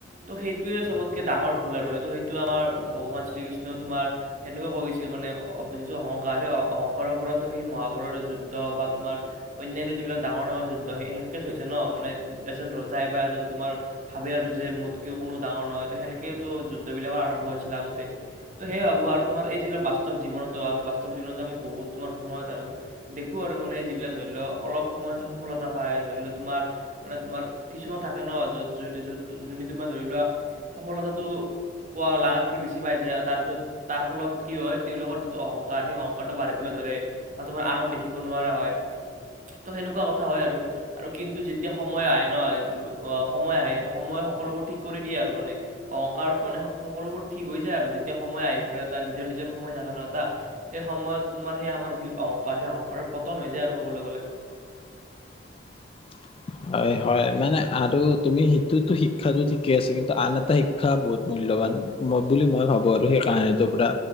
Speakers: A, on the right; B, on the left.
A: ত' সেইটোয়ে চবতকে ডাঙৰ ভুল আৰুটো সেইটো আমাৰ ভগৱান শ্ৰীকৃষ্ণ তোমাৰ এনেকুৱা কৈছে মানে যিটো অহংকাৰ সেই অহংকাৰৰ পৰা সেই মহাভাৰতৰ যুদ্ধ বা তোমাৰ অন্যান্য যিবিলাক ডাঙৰ ডাঙৰ যুদ্ধ সেনেকে চৈ হৈছে ন মানে এজন ৰজাই বা এজন তোমাৰ ভাবে আৰু যে মোতকেও কোনো ডাঙৰ নহয় ত সেনেকে তো যুদ্ধ বিলাকৰ আৰম্ভ ছিল আগতে, তো সেই ভাবো আৰু তোমাৰ এই যিবিলাক বাস্তৱ জীৱনতো আমি বাস্তৱ জীৱনো আমি বহুত তোমাৰ সময়ত দেখো আৰু মানে যিবিলাক ধৰি লোৱা অলপ সময়ত সফলতা পাই, ধৰি লোৱা তোমাৰ মানে তোমাৰ কিছুমান থাকে ন য'ত য য'ত তোমাৰ ধৰি লোৱা সফলতাটো পোৱা লগাতকে বেছি পাই যায়, আৰু তাৰপিছত তাৰ ফলত কি হয় তেওঁলোকৰ যিটো অহংকাৰ অহংকাৰ সেই অংকাৰটো বাঢ়িবলৈ ধৰে বা তোমাৰ আনক দেখিব নোৱাৰা হয়। ত' সেনেকুৱা কথা হয় আৰু আৰু কিন্তু যেতিয়া সময় আহে নয় সময় আহে সেইটো সময়ে সকলোবোৰ ঠিক কৰি দিয়ে আৰু মানে অহংকাৰ মানে সকলোবোৰ ঠিক হৈ যায় আৰু যেতিয়া সময় আহি পৰে এটা নিজৰ নিজৰ সময় থাকে ন এটা। সেই সময়ত তোমাৰ সেই আমাৰ যি অহংকাৰ, সেই অহংকাৰৰ পতন হৈ যায় আৰু ক'বলৈ গ'লে।
B: <inaudible> হয়, হয় মানে আৰু তুমি সেইটোতো শিক্ষাটো ঠিকে আছে কিন্তু আন এটা শিক্ষা বহুত মূল ল্যবান ম বুলি মই ভাবো আৰু সেই কাহিনীটোৰ পৰা